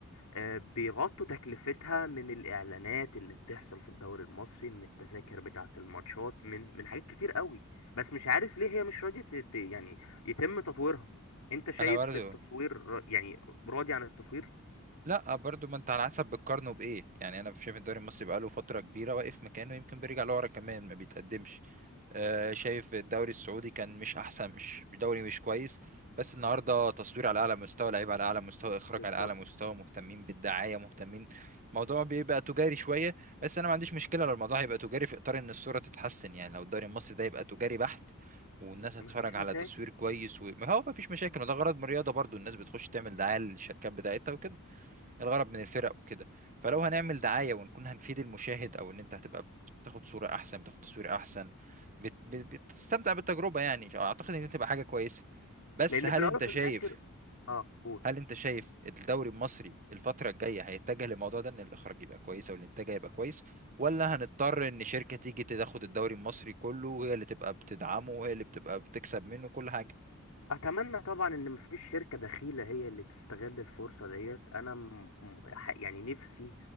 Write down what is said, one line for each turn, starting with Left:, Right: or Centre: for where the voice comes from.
Left: آه، بيغطوا تكلفتها من الإعلانات اللي بتحصل في الدوري المصري من التذاكر بتاعة الماتشات من من حاجات كتير قوي بس مش عارف ليه هي مش راضية ت- ت- يعني يتم تطويرها انت شايف
Right: أنا برضو
Left: التصوير را- يعني راضي عن التصوير
Right: لا برضو ما انت على حسب بتقارنه بايه يعني انا شايف الدوري المصري بقاله فتره كبيره واقف مكانه يمكن بيرجع لورا كمان ما بيتقدمش آه، شايف الدوري السعودي كان مش احسن مش مش دوري مش كويس بس النهارده تصوير على اعلى مستوى لعيب على اعلى مستوى اخراج
Left: بالظبط
Right: على اعلى مستوى مهتمين بالدعايه مهتمين الموضوع بيبقى تجاري شويه بس انا ما عنديش مشكله لو الموضوع هيبقى تجاري في اطار ان الصوره تتحسن يعني لو الدوري المصري ده يبقى تجاري بحت والناس هتتفرج
Left: مفيش
Right: على
Left: مشاكل
Right: تصوير كويس وما هو مفيش مشاكل وده غرض من الرياضه برضو الناس بتخش تعمل دعايه للشركات بتاعتها وكده الغرض من الفرق وكده فلو هنعمل دعاية ونكون هنفيد المشاهد او ان انت هتبقى بتاخد صورة احسن بتاخد تصوير احسن بت... بت- بتستمتع بالتجربة يعني اعتقد ان دي تبقى حاجة كويسة بس
Left: لأن
Right: هل
Left: في الأول
Right: انت
Left: وفي
Right: شايف
Left: الآخر اه قول
Right: هل انت شايف الدوري المصري الفترة الجاية هيتجه للموضوع ده ان الاخراج يبقى كويس او الانتاج يبقى كويس ولا هنضطر ان شركة تيجي تاخد الدوري المصري كله وهي اللي تبقى بتدعمه وهي اللي بتبقى بتكسب منه كل حاجة
Left: اتمنى طبعا ان مفيش شركة دخيلة هي اللي تستغل الفرصة ديت انا م... م- ح- يعني نفسي